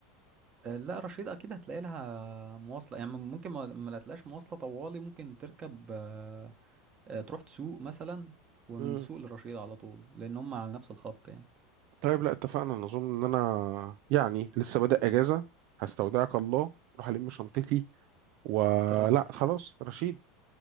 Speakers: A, on the right (about 35°); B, on the right (about 60°).
A: آه، لا رشيد اكيد هتلاقي لها مواصله يعني ممكن ما ما لا تلاقيش مواصله طوالي ممكن تركب آه، آه، تروح تسوق مثلا ومن
B: مم.
A: دسوق لرشيد على طول لان هم على نفس الخط يعني
B: طيب لا اتفقنا أنا أظن إن أنا يعني لسه بادئ أجازة هستودعك الله أروح ألم شنطتي ولا
A: طير على رشيد
B: خلاص رشيد